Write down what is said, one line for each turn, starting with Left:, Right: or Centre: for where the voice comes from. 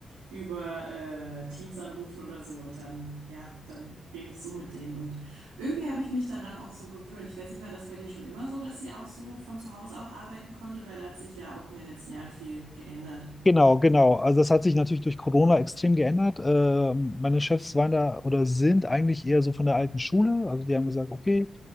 Right: über äh, Teams anrufen oder so. Und dann, ja, dann rede ich so mit denen. Und irgendwie habe ich mich daran auch so gewöhnt. Ich weiß nicht, war das bei dir schon immer so, dass ihr auch so von zu Hause auch arbeiten konntet, weil da hat sich ja auch in den letzten Jahren viel geändert.
Left: Genau, genau. Also das hat sich natürlich durch Corona extrem geändert. Äh, meine Chefs waren da oder sind eigentlich eher so von der alten Schule. Also die haben gesagt, okay,